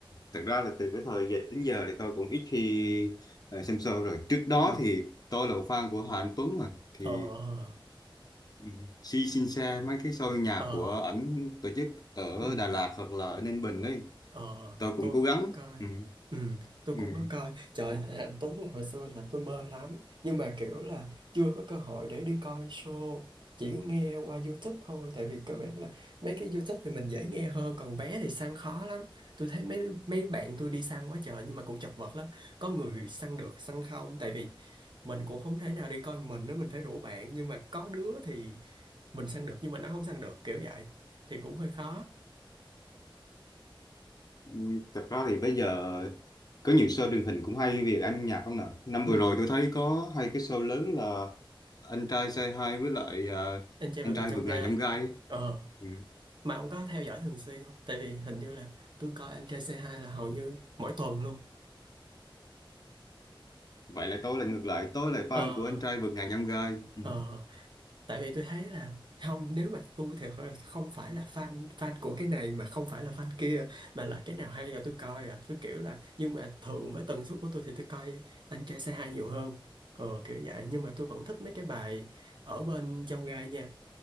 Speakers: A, on the left; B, on the right.
A: thật ra là từ cái thời dịch đến giờ thì tôi cũng ít khi ờ, xem show rồi trước đó
B: ừ
A: thì tôi là fan của Hà Anh Tuấn mà thì
B: ờ
A: ừ, si xin xe mấy cái show nhạc
B: ờ
A: của ảnh tổ chức ở
B: ừ
A: Đà Lạt hoặc là ở Ninh Bình đấy
B: Ờ,
A: tôi cũng
B: tôi
A: cố
B: cũng
A: gắng
B: có coi.
A: ừ.
B: Ừ, tôi
A: Ừ.
B: cũng có coi. Trời, <laughs> anh Tuấn là hồi xưa là tôi mê lắm. Nhưng mà kiểu là chưa có cơ hội để đi coi show. Chỉ nghe qua YouTube thôi. Tại vì các bạn là mấy cái YouTube thì mình dễ nghe hơn. Còn vé thì săn khó lắm. Tôi thấy mấy mấy bạn tôi đi săn quá trời nhưng mà cũng chật vật lắm. Có người săn được, săn không. Tại vì mình cũng không thể nào đi coi mình nữa. Mình phải rủ bạn. Nhưng mà có đứa thì mình săn được nhưng mà nó không săn được. Kiểu vậy. Thì cũng hơi khó.
A: Ừ, Thật ra thì bây giờ có nhiều show truyền hình cũng hay về âm nhạc không nào năm
B: Ừ.
A: vừa rồi tôi thấy có hai cái show lớn là anh trai Say Hi với lại à,
B: anh trai
A: anh
B: vượt
A: trai
B: ngàn chông
A: vượt
B: gai
A: ngàn chông gai á.
B: ờ
A: ừ.
B: mà ông có theo dõi thường xuyên không tại vì hình như là tôi coi anh trai c hai là hầu như mỗi tuần luôn
A: vậy là tôi là ngược lại tôi là
B: ờ
A: fan của anh trai vượt ngàn chông gai ừ.
B: ờ tại vì tôi thấy là không nếu mà tôi thì thật ra là không phải là fan fan của cái này mà không phải là fan kia mà là cái nào hay là tôi coi à tôi kiểu là nhưng mà thường với tần suất của tôi thì tôi coi anh trai c hai nhiều hơn ờ kiểu vậy nhưng mà tôi vẫn thích mấy cái bài ở bên trong gai nha